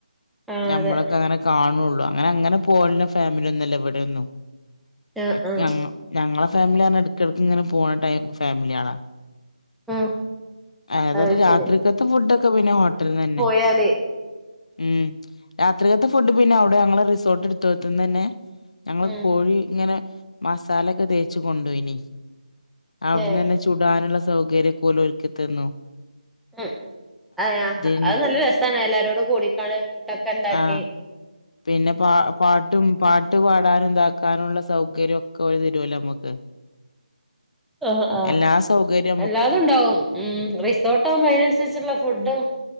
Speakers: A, in the centre; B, on the left (about 55°).
A: ആഹ്
B: ഞമ്മള്
A: അതെ
B: അങ്ങനെ കാണുള്ളു അങ്ങനെ അങ്ങനെ പോവുല്ല ഫാമിലി ഒന്നു അല്ല ഇവിടെ ഒന്നും <unintelligible>
A: ആഹ് ആഹ്
B: ഞങ്ങള ഫാമിലിയാന്ന് എടക്കിടക്കിങ്ങനെ പോണ ടൈം ഫാമിലി ആണാ
A: ഉം
B: ഏതാലും
A: അത്
B: രാത്രിക്കത്തെ
A: ശരി
B: ഫുഡൊക്കെ പിന്നെ ഹോട്ടൽന്ന് ന്നെ
A: ക്യാല്
B: ഉമ് രാത്രിലത്തെ ഫുഡ് പിന്നെ അവിടെ ഞങ്ങള് റിസോർട്ട് എടുത്തോട്ത്തുന്നന്നെ ഞങ്ങള്
A: ഉം
B: കോഴി ഇങ്ങനെ മസാല ഒക്കെ തേച്ച് കൊണ്ടോയിനി അവിടന്ന്
A: ഏഹ്
B: തന്നെ ചു ഇടാനുള്ള സൗകര്യം പോലും ഒരുക്കിത്തന്നു
A: ഉം അയാ
B: തന്നെ
A: അത് നല്ല രസാണ് എല്ലാരോടും കൂടിക്കാണ് ഫുഡൊക്കെണ്ടാക്കി
B: ആ പിന്നെ പാ പാട്ടും പാട്ട് പാടാനും ഇതാക്കാനുംഉള്ള സൗകര്യം ഒക്കെ ഒരു തരുമല്ലോ നമുക്ക്.
A: ആഹ് ആ.
B: എല്ലാ സൗകര്യ
A: അല്ലാതും ഉണ്ടാവും ഉം റിസോർട്ട ആകുമ്പോ അതിനനുസരിച്ചുള്ള ഫുഡും.